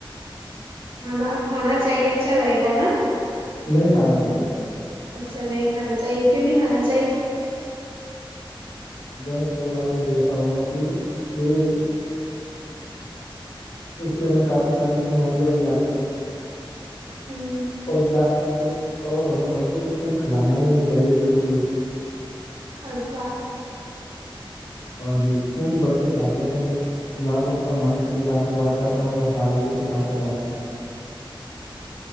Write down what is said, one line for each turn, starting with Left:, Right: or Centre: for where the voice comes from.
Right: کھانا کھانا چاہیے اچھا رہے گا ہے نا
Left: نہیں کھانا چاہیے
Right: اچھا نہیں کھانا چاہیے کیوں نہیں کھانا چاہیے
Left: جنک فوڈ کو آپ نے دیکھا ہوا کہ یہ اس سے میں کافی ساری بیماریاں بھی آتی ہیں
Right: ہوں
Left: اور جا کچھ اور ہمیں بچوں کو تو یہ کھلانا ہی نہیں چاہیے بالکل بھی
Right: اچھا
Left: ہاں جی کیونکہ بچے کھاتے ہیں تو نہ تو ان کا مانسک وکاس ہو پاتا ہے نہ ان کا شارییرک وکاس ہو پاتا ہے